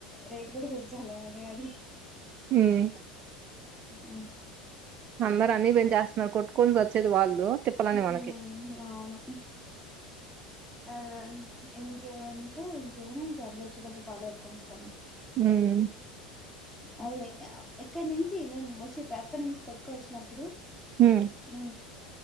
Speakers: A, in the centre; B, on the right.
A: రేట్ కూడా ఏ రెడీ
B: ఉమ్
A: హుమ్
B: అందరి అన్ని పెంచేస్తున్నారు కొట్కొని సచ్చేది వాళ్ళు తిప్పలని
A: ఉమ్
B: మనకి
A: అవును ఆ ఇంక్ ఇంకేమంటె ఇంకేమున్నయ్ <unintelligible> వచ్చేటప్పుడు పాటలు పెట్టుకొని వస్తాం
B: హుమ్
A: అదే గా ఇక్కడ నుంచి మేము వచ్చే పా అక్కడి నుంచి పెట్టుకోవచ్చినప్పుడు
B: ఉమ్
A: అ